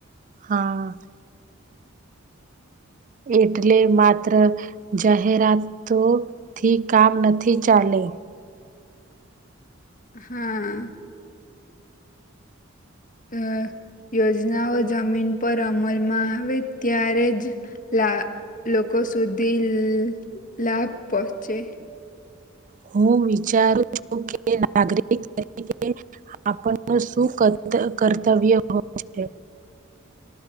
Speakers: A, on the right; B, on the left.
A: હા એટલે માત્ર જાહેરાત, તો થી કામ નથી, ચાલે.
B: હા હમ્મ યોજનાઓ જમીન પર અમલમાં આવે, ત્યારે જ લા લોકો સુધી લાભ પહોંચે
A: હુ વિચારું છુ, કે નાગરિક, તરીકે આપણનું શું કર્તવ્ય હોય છે.